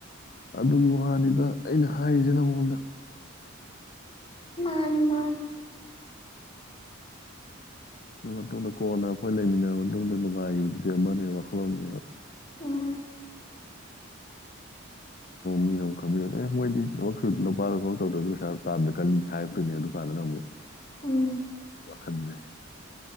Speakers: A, on the left; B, on the left.
A: ꯑꯗꯨꯒꯤ ꯋꯥꯅꯤꯗ ꯑꯩꯅ ꯍꯥꯏꯔꯤꯁꯦ ꯅꯉꯣꯟꯗ
B: ꯃꯥꯅꯤ ꯃꯥꯅꯤ
A: ꯑꯗꯨ ꯃꯇꯨꯡꯗ ꯀꯣꯟꯅ ꯑꯈꯣꯏ ꯂꯩꯃꯤꯟꯅꯔꯕ ꯃꯇꯨꯡꯗ ꯅꯨꯡꯉꯥꯏꯈꯤꯕꯗꯨꯗꯤ ꯑꯃꯅꯦ ꯋꯥꯈꯜꯂꯣꯟꯅꯦꯕ
B: ꯎꯝ <inaudible>
A: ꯃꯤꯅ ꯑꯃꯨꯛ ꯈꯪꯕꯤꯔꯛꯑꯦ ꯑꯦ ꯃꯣꯏꯗꯤ ꯊꯕꯛꯁꯨ ꯅꯨꯄꯥꯗꯣ ꯊꯕꯛ ꯇꯧꯗ꯭ꯔꯁꯨ ꯄꯩꯁꯥ ꯇꯥꯟꯕ ꯀꯜꯂꯤ ꯍꯥꯏꯔꯛꯇꯣꯏꯅꯦ ꯑꯗꯨꯀꯥꯟꯗꯅ ꯑꯃꯨꯛ
B: ꯎꯝ
A: ꯋꯈꯟꯁꯦ